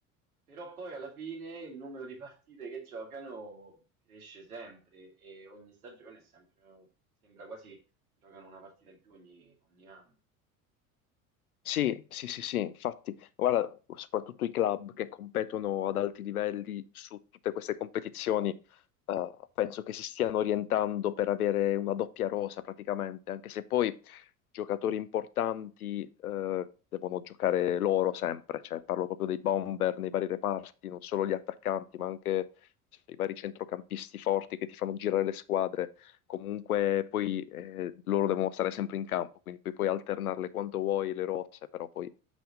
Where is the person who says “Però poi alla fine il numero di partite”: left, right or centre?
Right